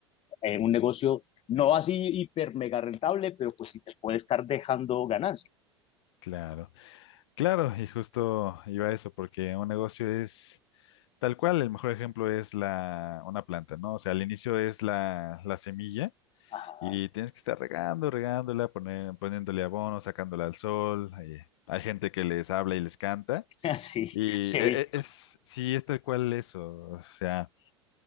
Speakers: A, on the left; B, on the left.
A: eh, un negocio no así hiper mega rentable, pero pues sí te puede estar dejando ganancias.
B: Claro, claro, y justo iba a eso, porque un negocio es tal cual, el mejor ejemplo es la, una planta, ¿no? O sea, al inicio es la, la semilla
A: Ajá,
B: y tienes que estar regando, regándola, poner- poniéndole abono, sacándola al sol. eh, Hay gente que les habla y les canta.
A: <laughs> Así,
B: Y
A: se
B: e-
A: ha visto.
B: e- es, sí, es tal cual eso. O sea,